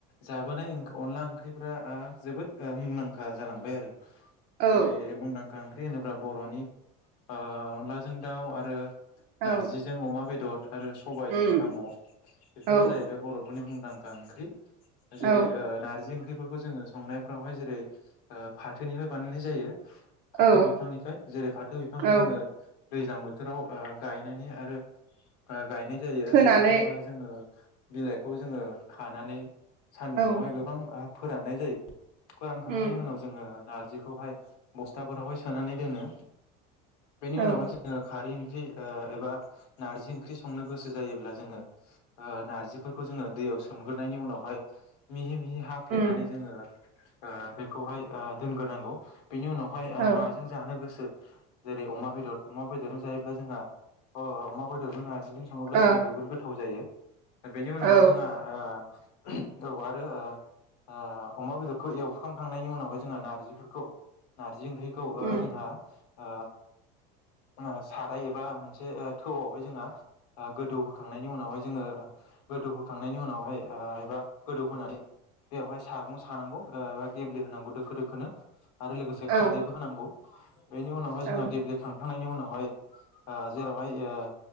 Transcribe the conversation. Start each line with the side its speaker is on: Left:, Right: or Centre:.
Left: जाबोनाय अनला ओंख्रिफ्रा आ जोबोद ओ मुंदांखा जालांबाय आरो।
Right: औ
Left: जेरै मुंदां ओंख्रि होनोब्ला बर'नि ओ अनलाजों दाउ आरो
Right: औ
Left: नारजिजों अमा बेदर। आरो सबायजों
Right: उम
Left: साम'। बेफोरो
Right: औ
Left: जाहैबाय बर' मुंदांखा ओंख्रि। जेरै
Right: औ
Left: ओ नारजि ओंख्रि बेफोरखौ जोङो संनायफ्रावहाय जेरै ओ फाथोनिफ्राय बानायनाय जायो। फाथो
Right: औ
Left: बिफांनिफ्राय जेरै फाथो बिफांखौ
Right: औ
Left: जोङो दैज्लां बोथोराव ओ गायनायनि आरो ओ गायनाय जायो आरो
Right: फोनानै
Left: बेखौ ओ ओ बिलाइखौ जोङो खानानै सान्दुङावहाय
Right: औ
Left: गोबां फोराननाय जायो। फोरानखांनायनि
Right: उम
Left: उनाव जोङो नारजिखौहाय बस्थाफोरावहाय सोनानै दोनो। बेनि उनावहाय
Right: औ
Left: जोङो खारै ओंख्रि ओ एबा नारजि ओंख्रि संनो गोसो जायोब्ला जोङो ओ नारजिफोरखौ जोङो दैयाव सोमग्रोनायनि उनावहाय मिहि मिहि हाफ्लेनानै
Right: उम
Left: जोङो ओ बेखौहाय ओ दोनग्रोनांगौ। बेनि उनावहाय ओ
Right: औ
Left: माजों जानो गोसो जेरै अमा बेदर अमा बेदरजों जायोब्ला जोंहा अ अमा बेदरजों बिजों सङोब्ला
Right: ओ
Left: जोंहा जोबोर गोथ जायो बेनि उनावहाय
Right: औ
Left: जोंहा आ उम औ आरो ओ ओ अमा बेदरखौ एवखांखांनायनि उनावहाय जोंहा नारजिफोरखौ ना नार्जि ओंख्रिखौ ओ
Right: उम
Left: जोंहा ओ ओङ साराय एबा मोनसे ओ थौआवहाय जोंहा ओ गोदौ होखांनायनि उनावहाय जोङो गोदौ होखांनायनि उनावहाय ओ एबा गोदौ होनानै बेवहाय सागं सानांगौ ओ एबा गेब्ले होनांगौ दोखो दोखोनो आरो लोगोसे
Right: औ
Left: खारैबो होनांगौ अह बेनि उनावहाय जोंहा
Right: औ
Left: गेब्लेखांखांनायनि उनावहाय ककु कोव जेरावहाय होयो